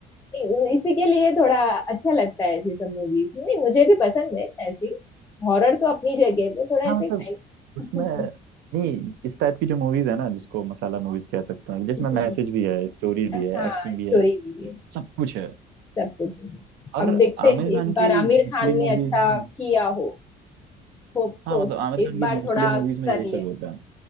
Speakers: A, on the left; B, on the right.
A: नहीं, इसी के लिए थोड़ा अच्छा लगता है ऐसी सब मूवीज नहीं मुझे भी पसंद है ऐसी हॉरर तो अपनी जगह है, वो थोड़ा
B: हाँ
A: ऐसे
B: मतलब
A: टाइम
B: उसमें
A: <laughs>
B: नहीं इस टाइप की जो मूवीज है ना जिसको मसाला मूवीज कह सकते हैं जिसमें
A: हम्म
B: मैसेज भी है स्टोरी भी है
A: हाँ
B: एक्टिंग
A: स्टोरी
B: भी है
A: भी है
B: सब कुछ है
A: सब कुछ है।
B: और
A: अब देखते
B: आमिर
A: हैं
B: खान
A: इस बार
B: की
A: आमिर
B: मोस्टली
A: खान ने
B: मूवीज
A: अच्छा
B: में,
A: किया हो Hope
B: हाँ
A: so
B: मतलब आमिर खान
A: इस
B: की
A: बार
B: मोस्टली
A: थोड़ा
B: मूवीज में
A: कर
B: यही
A: ले
B: सब होता है